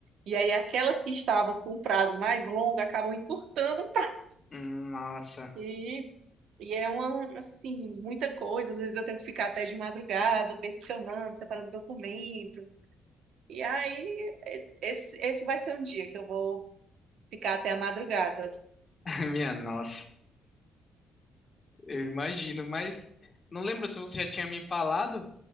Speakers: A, on the right; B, on the left.
A: E aí aquelas que estavam com um prazo mais longo acabam encurtando
B: Hum, Nossa,
A: e, e é uma assim, muita coisa. Às vezes eu tenho que ficar até de madrugada peticionando, separando documento. E aí e- esse, esse vai ser um dia que eu vou ficar até a madrugada.
B: <laughs> minha nossa. Eu imagino, mas não lembro se você já tinha me falado,